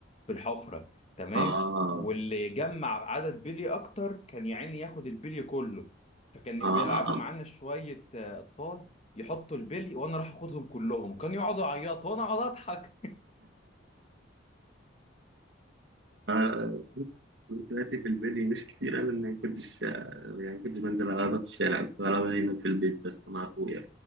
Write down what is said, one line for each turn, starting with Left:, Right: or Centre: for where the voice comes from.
Left: في الحفره تمام
Right: اه
Left: واللي جمع عدد بلي اكتر كان يا عيني ياخد البلي كله فكانوا
Right: اه
Left: بيلعبوا معانا شويه آه، اطفال يحطوا البلي وانا راح اخدهم كلهم كانوا يقعدوا يعيطوا وانا اقعد اضحك
Right: انا ذكرياتي في البلي مش كتير انا ما كنتش يعني ما كنتش بنزل العبها في الشارع كنت بلعبها هنا في البيت بس مع اخويا